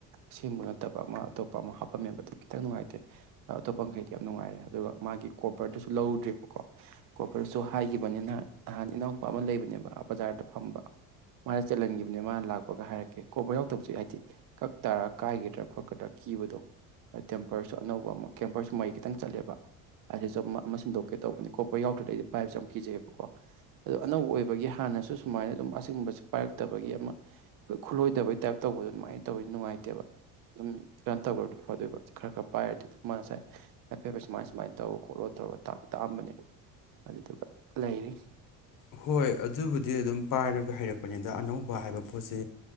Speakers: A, on the right (about 60°); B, on the left (about 55°).
A: ꯑꯁꯦꯡꯕ ꯅꯠꯇꯕ ꯑꯃ ꯑꯇꯣꯞꯄ ꯑꯃ ꯍꯥꯞꯄꯝꯃꯦꯕ ꯑꯗꯨ ꯈꯤꯇꯪ ꯅꯨꯡꯉꯥꯏꯇꯦ꯫ ꯑꯇꯣꯞꯄ ꯃꯈꯩꯗꯤ ꯌꯥꯝ ꯅꯨꯡꯉꯥꯏꯔꯦ ꯑꯗꯨꯒ ꯃꯥꯒꯤ ꯀꯣꯕꯔꯗꯨꯁꯨ ꯂꯧꯔꯨꯗ꯭ꯔꯦꯕꯀꯣ꯫ ꯀꯣꯄꯔꯁꯨ ꯍꯥꯏꯈꯤꯕꯅꯤ ꯅꯍꯥꯟ ꯏꯅꯥꯎꯄꯥ ꯑꯃ ꯂꯩꯕꯅꯦꯕ ꯕꯖꯥꯔꯗ ꯐꯝꯕ꯫ ꯃꯥꯅ ꯆꯜꯍꯟꯈꯤꯕꯅꯦ ꯃꯥꯅ ꯂꯥꯛꯄꯒ ꯍꯥꯏꯔꯛꯀꯦ ꯀꯣꯕꯔ ꯌꯥꯎꯗꯕꯁꯦ ꯍꯥꯏꯗꯤ꯫ ꯀꯛ ꯇꯔ ꯀꯥꯏꯒꯤꯗ꯭ꯔꯥ ꯈꯣꯠꯀꯗ꯭ꯔꯥ ꯀꯤꯕꯗꯣ꯫ ꯇꯦꯝꯄꯔꯁꯨ ꯑꯅꯧꯕ ꯑꯃ ꯀꯦꯝꯄꯔꯁꯨ ꯃꯔꯤ ꯈꯤꯇꯪ ꯆꯠꯂꯦꯕ꯫ ꯑꯁꯤꯁꯨ ꯑꯃ ꯁꯤꯟꯗꯣꯛꯀꯦ ꯇꯧꯕꯅꯤ ꯀꯣꯕꯔ ꯌꯥꯎꯗ꯭ꯔꯗꯤ ꯑꯩꯗꯤ ꯄꯥꯏꯕꯁꯦ ꯌꯥꯝ ꯀꯤꯖꯩꯑꯕꯀꯣ ꯑꯗꯣ ꯑꯅꯧꯕ ꯑꯣꯏ꯫ ꯒꯤ ꯍꯥꯟꯅꯁꯨ ꯁꯨꯃꯥꯏꯅ ꯑꯗꯨꯝ ꯑꯁꯤꯒꯨꯝꯕꯁꯤ ꯄꯥꯏꯔꯛꯇꯕꯒꯤ ꯑꯃ꯫ ꯈꯨꯠꯂꯣꯏꯗꯕꯩ ꯇꯥꯏꯞ ꯇꯧꯕꯗꯣ ꯑꯗꯨꯃꯥꯏꯅ ꯇꯧꯏ ꯅꯨꯡꯉꯥꯏꯇꯦꯕ꯫ ꯑꯗꯨꯝ ꯀꯩꯅꯣ ꯇꯧꯒꯔꯗꯤ ꯐꯇꯣꯏꯕ ꯈꯔ ꯈꯔ ꯄꯥꯏꯔꯗꯤ ꯑꯗꯨ ꯃꯥ ꯉꯁꯥꯏ꯫ ꯍꯥꯏꯐꯦꯠ ꯁꯨꯃꯥꯏ ꯁꯨꯃꯥꯏꯅ ꯇꯧꯔ ꯈꯣꯠꯂꯣ ꯇꯧꯔꯣ ꯇꯥꯛꯑꯝꯕꯅꯦ ꯑꯗꯨꯗꯨꯒ ꯂꯩꯔꯤ
B: ꯍꯣꯏ ꯑꯗꯨꯕꯨꯗꯤ ꯑꯗꯨꯝ ꯄꯥꯏꯔꯒ ꯍꯩꯔꯛꯄꯅꯤꯗ ꯑꯅꯧꯕ ꯍꯥꯏꯕ ꯄꯣꯠꯁꯤ